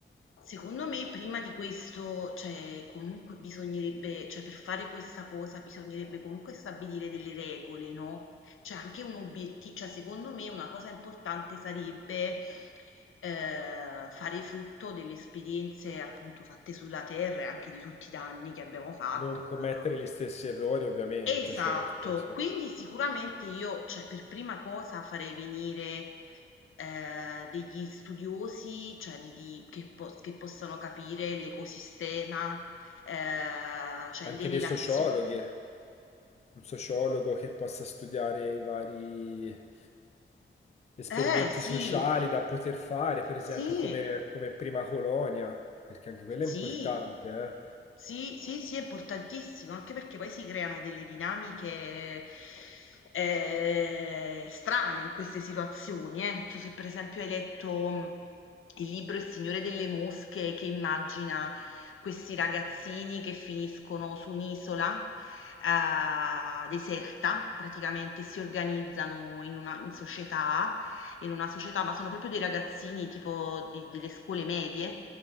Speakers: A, on the left; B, on the left.
A: Secondo me prima di questo, cioè comunque bisognerebbe, cioè per fare questa cosa bisognerebbe comunque stabilire delle regole, no? Cioè anche un obiettivo, cioè secondo me una cosa importante sarebbe eh, fare frutto delle esperienze appunto fatte sulla terra e anche di tutti i danni che abbiamo fatto,
B: non commettere
A: insomma,
B: gli stessi errori, ovviamente,
A: Esatto,
B: certo. sì.
A: quindi sicuramente io, cioè, per prima cosa farei venire eh, degli studiosi, cioè, di- di- che, po- che possano capire l'ecosistema, eh, cioè
B: anche
A: le relazioni.
B: dei sociologhi, un sociologo che possa studiare i vari esperimenti
A: Eh sì,
B: sociali da poter fare, per
A: sì.
B: esempio come, come prima colonia, perché anche quella
A: Sì,
B: è importante, eh,
A: sì, sì, sì, è importantissimo, anche perché poi si creano delle dinamiche eh, strane in queste situazioni. eh. Non so se per esempio hai letto mh, il libro Il Signore delle Mosche, che immagina questi ragazzini che finiscono su un'isola. eh, deserta, praticamente si organizzano in una in società, in una società, ma sono proprio dei ragazzini tipo di- delle scuole medie,